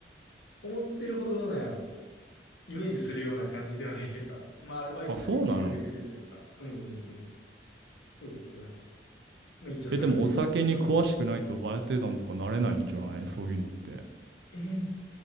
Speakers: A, on the left; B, on the right.
A: 思ってるほどなんやろ、イメージするような感じではないというか、まあ、アルバイトでできるレベルというか、
B: あ、そうなの
A: うんうんうん。そうですね。まあ一応それを。
B: え、でもお酒に詳しくないとバーテンダーとかなれないんじゃないそういうのって。
A: はい。えー、